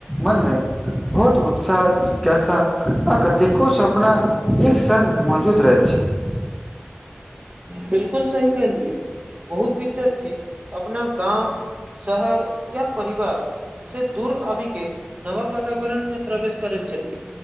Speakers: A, in the centre; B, on the right (about 35°).
A: मनमे बहुत उत्साह जिज्ञासा आ कतेको सपना एक सन मौजूद रहै छै
B: बिलकुल सही कहलियए बहुत विद्यथी अपना गाम शहर या परिवार से दूर आबि के नव वातावरण मे प्रवेश करैत छथि